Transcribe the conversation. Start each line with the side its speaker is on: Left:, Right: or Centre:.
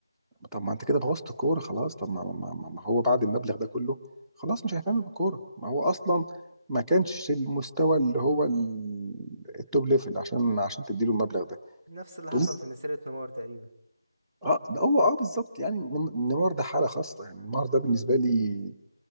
Centre: طب ما انت كده بوظت الكورة خلاص طب ما, ما, ما ما هو بعد المبلغ ده كله خلاص مش هيهتم بالكورة ما هو اصلا ما كانش المستوى اللي هو ال- التوب ليفل عشان عشان تديله المبلغ ده
Right: نفس اللي
Centre: تقوم-
Right: حصل في مسيرة نيمار تقريبا
Centre: اه ده هو اه بالظبط يعني نم- نيمار ده حالة خاصة يعني نيمار ده بالنسبة لي